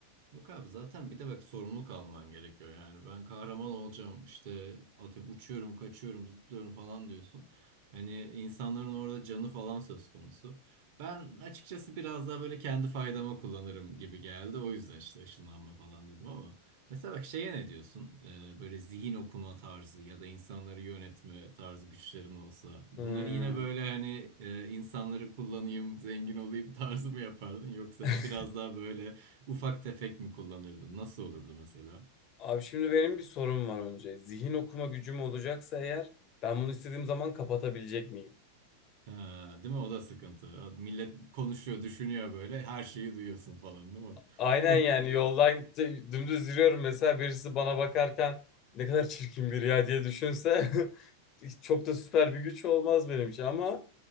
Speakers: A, on the right; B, on the left.
A: Yok abi zaten bir de bak sorumluluk alman gerekiyor. Yani ben kahraman olacağım işte atıyorum uçuyorum, kaçıyorum, zıplıyorum falan diyorsun. Hani insanların orada canı falan söz konusu. Ben açıkçası biraz daha böyle kendi faydama kullanırım gibi geldi. O yüzden işte ışınlanma falan dedim ama mesela bak şeye ne diyorsun? Ee, böyle zihin okuma tarzı ya da insanları yönetme tarzı güçlerin olsa. Bunları
B: Hmm.
A: yine böyle hani e, insanları kullanayım, zengin olayım <laughs> tarzı mı yapardın? Yoksa
B: <laughs>
A: hani biraz daha böyle Ufak tefek mi kullanırdın? Nasıl olurdu mesela?
B: Abi şimdi benim bir sorum var önce. Zihin okuma gücüm olacaksa eğer ben bunu istediğim zaman kapatabilecek miyim?
A: Ha, değil mi? O da sıkıntı. Millet konuşuyor, düşünüyor böyle. Her şeyi duyuyorsun falan, değil mi?
B: Aynen
A: <laughs>
B: yani yoldan d- dümdüz yürüyorum mesela birisi bana bakarken ne kadar çirkin biri ya diye düşünse <laughs> hiç çok da süper bir güç olmaz benim için ama